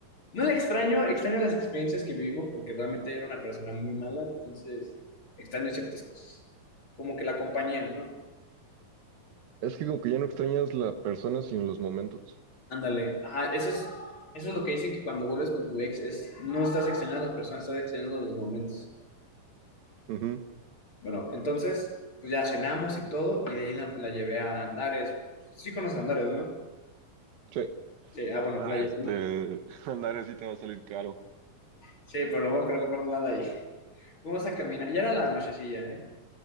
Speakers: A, on the left (about 35°); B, on the right (about 80°).
A: no la extraño, extraño las experiencias que vivimos porque realmente era una persona muy mala, entonces extraño ciertas cosas. Como que la compañía, ¿no?
B: Es que como que ya no extrañas la persona sino los momentos.
A: Ándale. Ajá, eso es, eso es lo que dicen que cuando vuelves con tu ex es no estás extrañando a las personas, estás extrañando los momentos.
B: Ujú.
A: Bueno, entonces, pues ya cenamos y todo, y de ahí la, la llevé a Andares. Sí conoces Andares, ¿no?
B: Sí.
A: Sí, ah, bueno,
B: Ah,
A: la llevé
B: este, <laughs> andar así te va a salir caro.
A: Sí, pero luego creo que compramos nada ahí. Fuimos a caminar, ya era la nochecilla, ¿eh?